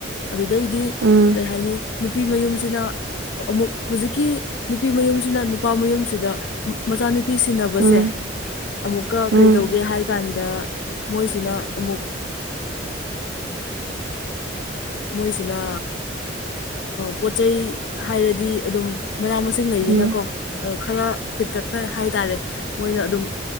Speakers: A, on the left; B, on the right.
A: ꯑꯗꯨꯗꯩꯗꯤ
B: ꯎꯝ
A: ꯀꯩ ꯍꯥꯏꯅꯤ ꯅꯨꯄꯤ ꯃꯌꯨꯝꯁꯤꯅ ꯑꯃꯨꯛ ꯍꯧꯖꯤꯛꯀꯤ ꯅꯨꯄꯤ ꯃꯌꯨꯝꯁꯤꯅ ꯅꯨꯄꯥ ꯃꯌꯨꯝꯁꯤꯗ ꯃꯆꯥꯅꯨꯄꯤ ꯁꯤꯟꯅꯕꯁꯦ
B: ꯎꯝ
A: ꯑꯃꯨꯛꯀ
B: ꯎꯝ
A: ꯀꯩ ꯇꯧꯒꯦ ꯍꯥꯏ ꯀꯥꯟꯗ ꯃꯣꯏꯁꯤꯅ ꯑꯃꯨꯛ ꯃꯣꯏꯁꯤꯅ ꯄꯣꯠ ꯆꯩꯩ ꯍꯥꯏꯔꯗꯤ ꯑꯗꯨꯝ ꯃꯅꯥ ꯃꯁꯤꯡ ꯂꯩꯗꯅꯀꯣ꯫
B: ꯎꯝ ꯎꯝ ꯎꯝ
A: ꯈꯔ ꯄꯤꯛꯇꯛꯅ ꯍꯥꯏꯇꯥꯔꯦ ꯃꯣꯏꯅ ꯑꯗꯨꯝ